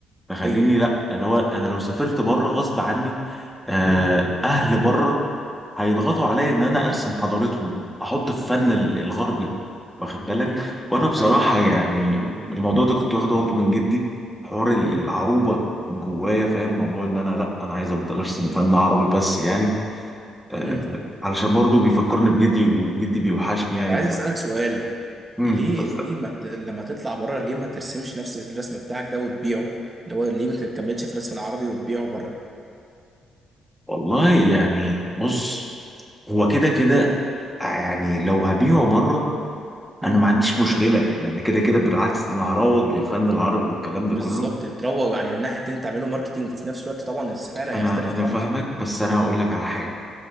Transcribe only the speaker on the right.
ايوه
مم.
ها.
مم.
ايوه
مم.
مم.
طب عايز
اسالك سؤال
ليه
ليه ما ت... لما تطلع بره ليه ما ترسمش نفس الرسم بتاعك ده وتبيعه اللي هو ليه ما تكملش في الرسم العربي وتبيعه بره
مم.
بالظبط
تروج يعني من ناحيه تانية تعمله ماركتينج وفي نفس الوقت طبعا السعر هيختلف
خالص